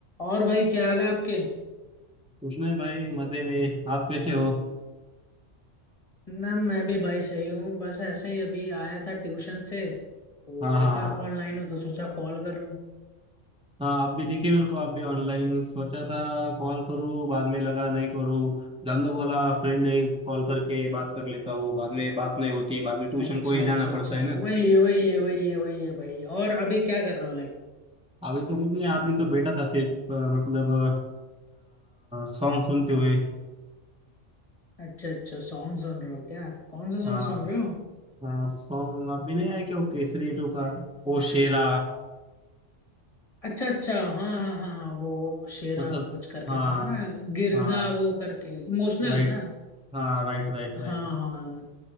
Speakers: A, on the left; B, in the centre.
A: और भाई क्या हाल है आपके
B: उसने भाई मजे में आप कैसे हो
A: ना मैं भी भाई सही हूँ बस ऐसे ही अभी आया था ट्यूशन से तो
B: हाँ
A: देखा
B: हाँ हाँ
A: आप ऑनलाइन हो तो सोचा कॉल कर लूँ
B: हाँ आप भी देखे मेरे को आप भी ऑनलाइन सोचा था कॉल करूँ बाद में लगा नहीं करूँ दांदो बोला फ्रेंड है कॉल करके बात कर लेता हूँ बाद में बात नहीं होती बाद में ट्यूशन
A: अच्छा
B: को ही
A: अच्छा
B: जाना
A: अच्छा
B: पड़ता है ना
A: वही है वही है वही है वही है भाई और अभी क्या कर रहे हो लाइक
B: अभी तो कुछ नहीं अभी तो बैठा था सिर्फ अ, मतलब सॉन्ग सुनते हुए
A: अच्छा अच्छा सॉन्ग सुन रहे हो क्या कौन सा
B: हाँ
A: सॉन्ग सुन रहे हो
B: सॉन्ग आप भी नहीं आया क्या वो केसरी टू का ओ शेरा
A: अच्छा अच्छा हाँ हाँ हाँ वो शेरा
B: मतलब
A: कुछ करके
B: हाँ
A: था ना गिरजा
B: हाँ
A: वो करके इमोशनल
B: राइट
A: है ना
B: हाँ राइट राइट
A: हाँ
B: राइट
A: हाँ